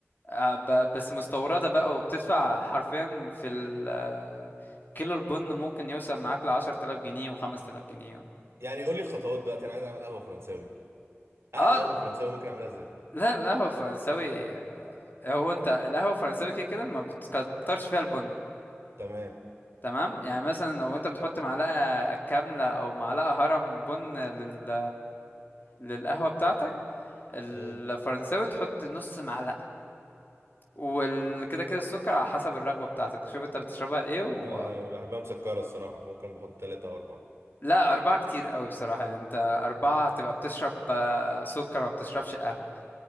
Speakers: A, on the left (about 45°); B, on the right (about 65°).
A: آه، ب- بس مستوردة بقى وبتدفع حرفيا في ال آه، كيلو البن ممكن يوصل معاك لعشرة آلاف جنيه وخمس تلاف جنيه
B: يعني قول لي الخطوات دلوقتي انا عايز اعمل قهوه فرنساوي احلى
A: اه
B: قهوه فرنساوي ممكن اعملها ازاي
A: لا القهوة الفرنساوي آه، هو انت القهوة الفرنساوي كده كده ما بتكترش فيها البن
B: تمام
A: تمام يعني مثلا لو انت بتحط معلقة كاملة او معلقة هرم بن لل للقهوة بتاعتك الفرنساوي
B: امم
A: تحط نص معلقة وكده كده السكر على حسب الرغبة بتاعتك شوف انت بتشربها ايه و...
B: أه بحبها مسكره الصراحه فممكن بحط ثلاثة او اربعة
A: لا أربعة كتير قوي بصراحة يعني انت أربعة هتبقى بتشرب آه، سكر ما بتشربش قهوة